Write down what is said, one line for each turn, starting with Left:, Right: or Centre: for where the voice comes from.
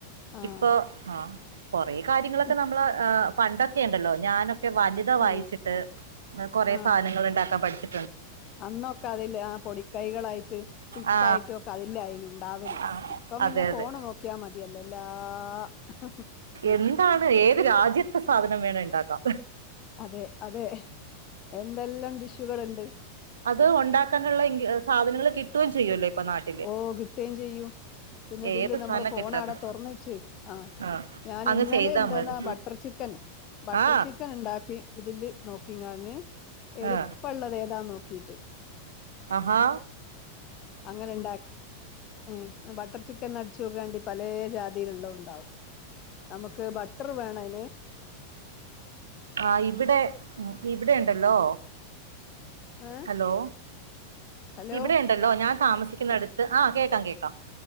Left: ആഹ്
Right: ഇപ്പോ ആഹ് കൊറെ കാല ഇപ്പോനമ്മള്
Left: ഉം
Right: പണ്ടൊക്കെ ഇണ്ടല്ലോ ഞാനൊക്കെ വനി ഥ വായിച്ചിട്ട്
Left: ആഹ്
Right: കൊറെ
Left: ആഹ്
Right: സാധനങ്ങൾ ഉണ്ടാക്കാൻ പഠിച്ചി
Left: അന്നൊക്കെ അതില് ആഹ് പൊടിക്കൈകളായിട്ട് ടിപ്പായിട്ടും
Right: ആ
Left: ഒക്കെ അതില്ല ആയിരുന്നു ഉണ്ടാവല്
Right: ആ
Left: ഇപ്പോ
Right: അതെ
Left: പിന്നെ
Right: അതെ
Left: ഫോണ് നോക്കിയാൽ മതിയല്ലോ എല്ലാ <unintelligible>
Right: എന്താണ് ഏത് രാജ്യത്തെ സാധനം വേണ ഇണ്ടാക്കാം
Left: അതെ അതെ എന്തെല്ലാം ഡിഷുകൾ ഉണ്ട്
Right: അത് ഉണ്ടാക്കാനുള്ള ഇഗി സാധനങ്ങൾ കിട്ടുകയും ചെയ്യുമല്ലോ ഇപ്പൊ നാട്ടിൽ
Left: ഓ കിട്ടുകേയും ചെയ്യൂ പിന്നെ ഇതില്
Right: ഏത്
Left: നമ്മള്
Right: സാധന
Left: ഫോൺ
Right: കിട്ടാത്ത
Left: ആട തൊർന്നച്ച് ആഹ്
Right: ആ
Left: ഞാൻ
Right: അങ്ങ്
Left: ഇന്നലെ
Right: ചെയ്താ
Left: എന്താന്നാ
Right: മതി
Left: ബട്ടർ ചിക്കൻ ബട്ടർ
Right: ആ
Left: ചിക് ക്കൻ ഇണ്ടാക്കി ഇതില് നോക്കികാഞ്ഞ് എളുപ്പള്ളത്
Right: ആ
Left: ഏതാ നോക്കിട്ട്
Right: അഹാ
Left: അങ്ങനെ ഇണ്ടാക്കി ഏ ബട്ടർ ചിക്കൻ അടിച്ചോകാണ്ടി പലേ ജാതീല് ഉള്ളോ ഇണ്ടാവും. നമക്ക് ബട്ടർ വേണതിന്
Right: ആഹ് ഇവിടെ ഉം ഇവിടെ ഇണ്ടല്ലോ
Left: ഏഹ്
Right: ഹലോ
Left: ഹലോ
Right: ഇവിടെ ഇണ്ടല്ലോ ഞാൻ താമസിക്കുന്ന അടുത്ത് ആഹ് കേക്കാം കേക്കാം